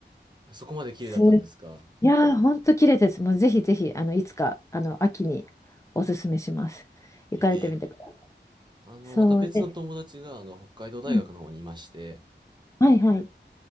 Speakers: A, on the right; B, on the left.
A: そこまで綺麗だったんですか。
B: す、いやー、ほんと綺麗です。もうぜひぜひ、あの、いつか、あの、秋におすすめします。
A: へえ。
B: 行かれてみてください。
A: あの、
B: そうで、
A: また別の友達が、あの、北海道大学の方にいまして、
B: うん、はいはい。